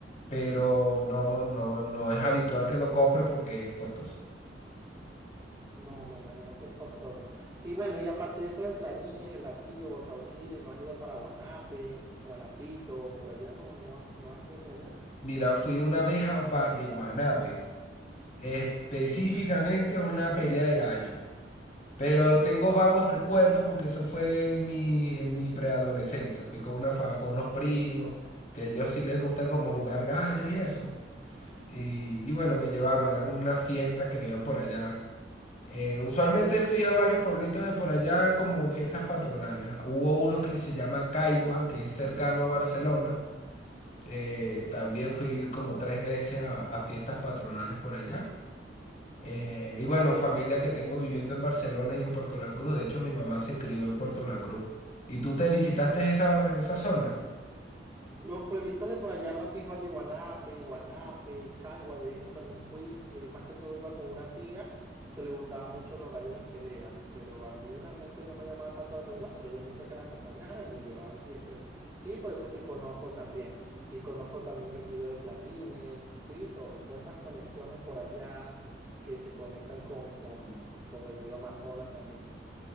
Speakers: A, on the left; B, on the right.
A: Pero no, no, no es habitual que lo compre porque es costoso.
B: No, me imagino que es costoso. Y bueno, y aparte de eso de clarines, el latillo, boca Bocauchire, ¿no has ido para Guanape, Guanapito, por allá? No, no, no has ido por allá.
A: Mira, fui una vez a Valle Guanape, específicamente a una pelea de gallos. Pero tengo vagos recuerdos porque eso fue en mi, en mi preadolescencia. Fui con, una fa- con unos primos, que a ellos sí les gusta como jugar gallos y eso. Y, y bueno, me llevaron, eran unas fiestas que habían por allá. Eh, usualmente fui a varios pueblitos de por allá como en fiestas patronales. Hubo uno que se llama Caigua, que es cercano a Barcelona eh, también fui como tres veces a, a fiestas patronales por allá. Eh, y bueno, familia que tengo viviendo en Barcelona y en Puerto La Cruz. De hecho, mi mamá se crió en Puerto La Cruz. ¿Y tú te visitaste esa, esa zona?
B: Los pueblitos de por allá, lo que es Valle Guanape, Guanape, Caigua, de hecho también fui, eh, más que todo iba con una tía que le gustaba mucho los gallos de pelea, pero a mí realmente no me llamaba tanto la atención, pero ella me decía que la acompañara y me llevaban siempre. Y por eso es que conozco también, y conozco también el río de Clarines, ¿sí? To- todas esas conexiones por allá que se conectan con, con, con el río Amazonas también.